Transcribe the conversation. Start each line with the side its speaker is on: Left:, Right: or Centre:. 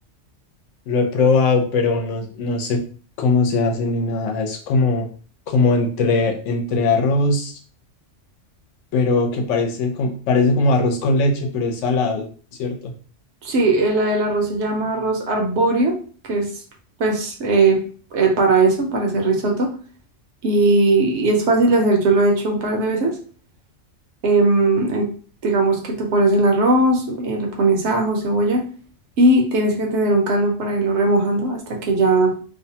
Left: lo he probado, pero no, no sé cómo se hace ni nada. Es como, como entre, entre arroz, pero que parece, com- parece como arroz con leche, pero es salado, ¿cierto?
Right: Sí, el, el arroz se llama arroz arbóreo, que es pues eh, eh, para eso, para hacer risotto. Y, y es fácil de hacer, yo lo he hecho un par de veces. Em, en- digamos que tú pones el arroz, eh, le pones ajo, cebolla y tienes que tener un caldo para irlo remojando hasta que ya